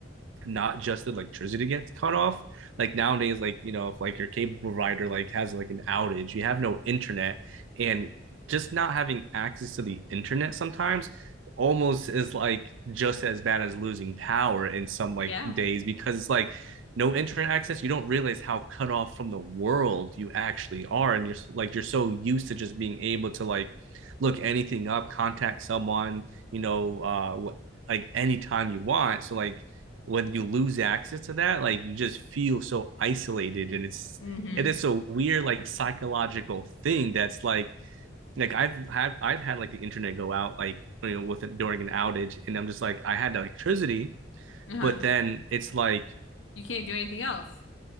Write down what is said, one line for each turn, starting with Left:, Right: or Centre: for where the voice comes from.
Right: not just the electricity gets cut off. Like nowadays, like you know, if like your cable provider like has like an outage, you have no internet, and just not having access to the internet sometimes almost is like just as bad as losing power in some like
Left: Yeah.
Right: days because it's like no internet access you don't realize how cut off from the world you actually are and you're like you're so used to just being able to like look anything up contact someone you know uh like anytime you want so like when you lose access to that, like you just feel so isolated and it's
Left: Mm-hmm.
Right: it is a weird like psychological thing that's like like I've had I've had like the internet go out like you know with during an outage and I'm just like I had electricity
Left: Uh-huh.
Right: but then it's like
Left: You can't do anything else